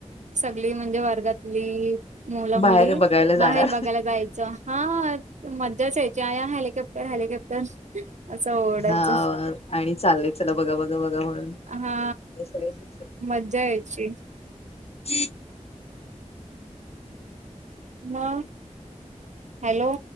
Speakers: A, on the right; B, on the left.
A: सगळी म्हणजे वर्गातली मुला मुली
B: बाहेर बघायला
A: बाहेर
B: जाणार
A: बघायला जायचं. हा मजाच यायची आ हेलिकॉप्टर हेलिकॉप्टर असं ओरडायचं
B: हा आणि चाललंय चला बघा बघा बघा म्हणून
A: हा
B: सगळ
A: मज्जा यायची.
B: <inaudible>
A: ह हॅलो!